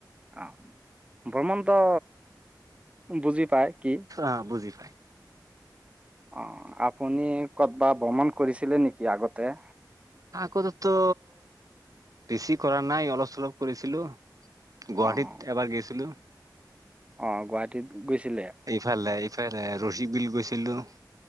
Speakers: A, on the right; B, on the right.
A: আহ ভ্ৰমণটো বুজি পায় কি
B: অ', বুজি পায়।
A: অ', আপুনি কৰবা ভ্ৰমণ কৰিছিলে নেকি আগতে।
B: আকৌ ততো বেছি কৰা নাই অলপ চলপ কৰিছিলো গুৱাহাটীত
A: অঁ
B: এবাৰ গৈছিলো।
A: অ', গুৱাহাটীত গৈছিলে
B: ইফালে ইফালে ৰশিক বিল গৈছিলো।